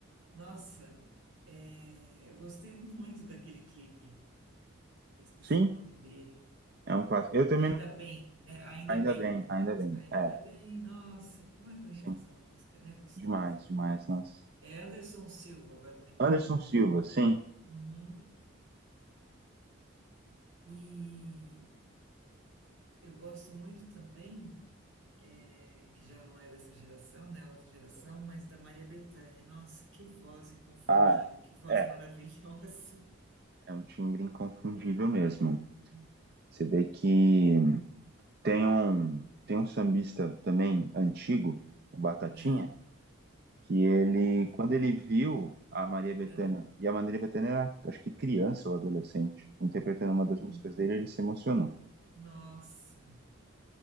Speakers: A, on the right; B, on the right.
A: Nossa, é, eu gostei <laughs> muito daquele clipe. Eu esqueci
B: Sim,
A: o nome dele.
B: é um clássico. Eu também,
A: Ainda bem, é, ainda
B: ainda
A: bem,
B: bem,
A: aquela
B: ainda
A: música,
B: bem.
A: ainda
B: É,
A: bem, nossa, como é bonita
B: sim,
A: essa música, né? Gostosa.
B: demais, demais, nossa.
A: É Anderson Silva, agora lembrei
B: Anderson
A: o nome
B: Silva,
A: dele.
B: sim.
A: Uhum. E eu gosto muito também. é, que já não é dessa geração, né? Outra geração, mas da Maria Bethânia. Nossa, que voz inconfundível,
B: Ah,
A: que voz
B: é,
A: maravilhosa.
B: é um timbre inconfundível mesmo.
A: <laughs>
B: Você vê que tem um, tem um sambista também antigo, o Batatinha,
A: É,
B: que ele,
A: mas-
B: quando ele viu a Maria Bethânia,
A: é,
B: e a Maria Bethânia era, acho que criança ou adolescente, interpretando uma
A: hum,
B: das músicas dele, ele se emocionou.
A: nossa,